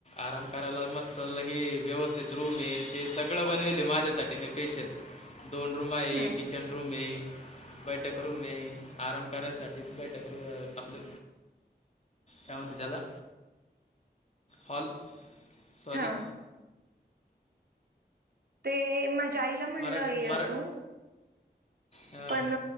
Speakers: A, on the left; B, on the right.
A: आराम करायला मस्त लगे व्यवस्थित रुम ये, ते सगळं बनविले माझ्यासाठी मी स्पेशल दोन रूम आहे.
B: हम्म
A: किचन रूम ये, बैठक रूम ये आराम करायसाठी बैठक र आपलं काय म्हणतात त्याला? हॉल. सॉरी
B: हां. ते माझ्या आईला म्हणलं
A: मरा
B: य
A: मरा
B: तू
A: हां
B: पण